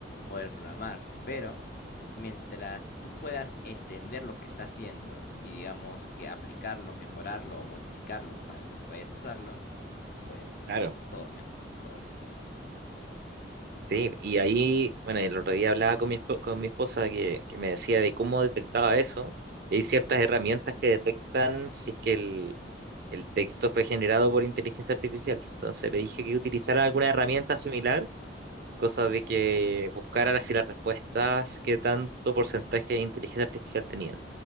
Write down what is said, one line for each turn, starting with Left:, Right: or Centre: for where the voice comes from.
Left: poder programar, pero mientras tú puedas entender lo que está haciendo y digamos que aplicarlo, mejorarlo o modificarlo para lo que vayas a usarlo, pues
Right: <laughs> Claro.
Left: todo bien, todo bien.
Right: Sí, y ahí, bueno, el otro día hablaba con mi, espo- con mi esposa que, que me decía de cómo detectaba eso. Y hay ciertas herramientas que detectan si es que el, el texto fue generado por inteligencia artificial. Entonces le dije que utilizara alguna herramienta similar, cosa de que buscara si las respuestas, qué tanto porcentaje de inteligencia artificial tenían.